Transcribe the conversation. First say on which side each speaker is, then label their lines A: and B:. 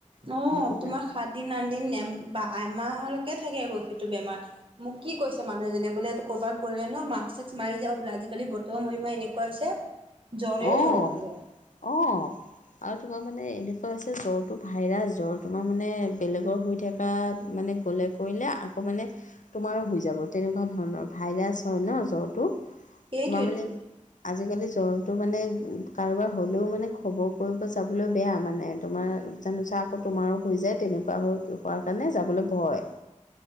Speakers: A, on the left; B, on the right.
A: সেইটো
B: অ,
A: কাৰণে
B: তোমাৰ সাত দিন আঠ দিন এমাহলৈকে থাকে আকৌ সেইটো বেমাৰ। মোক কি কৈছে মানুহজনে বোলে এই ক'ৰবাত গ'লে ন মাক্ক চাচ মাৰি যাবা বোলে আজিকালি বতৰ মৰিমা এনেকুৱা হৈছে। জ্বৰে
A: অহ,
B: জ্বৰ বোলে
A: অহ, আৰু তোমাৰ মানে এনেকুৱা হৈছে জ্বৰটো ভাইৰাছ জ্বৰ তোমাৰ মানে বেলেগৰ হৈ থাকে মানে গ'লে কৰিলে আকৌ মানে তোমাৰো হৈ যাব তেনেকুৱা ধৰণৰ ভাইৰাছ হয় ন জ্বৰটো।
B: সেইটোৱেটো।
A: তোমাৰ মানে আজিকালি জ্বৰ তো মানে কাৰোবাৰ হ'লেও মানে খবৰ কৰিব যাবলৈ বেয়া মানে তোমাৰ জানোচা আকৌ তোমাৰো হৈ যায় তেনেকুৱা হৈ হোৱাৰ কাৰণে যাবলৈ ভয়।